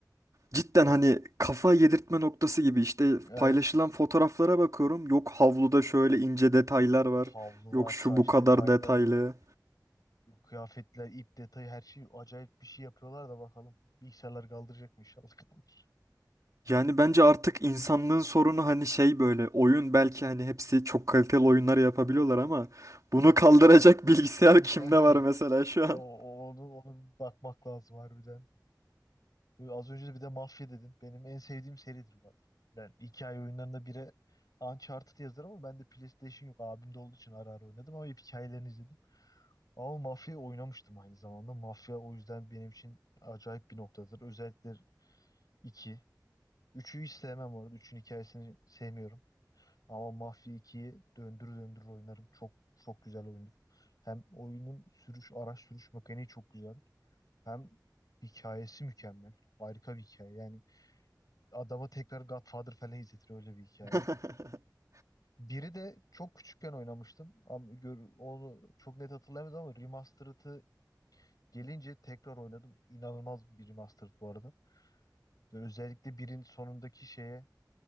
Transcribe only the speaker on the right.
cidden hani kafa yedirtme noktası gibi işte
paylaşılan fotoğraflara bakıyorum. Yok havluda şöyle ince detaylar var.
Yok
şu bu kadar
detaylı.
Yani bence artık insanlığın sorunu hani şey böyle oyun belki hani hepsi çok kaliteli oyunlar yapabiliyorlar ama bunu kaldıracak <laughs> bilgisayar
kimde var mesela şu
an?
<laughs>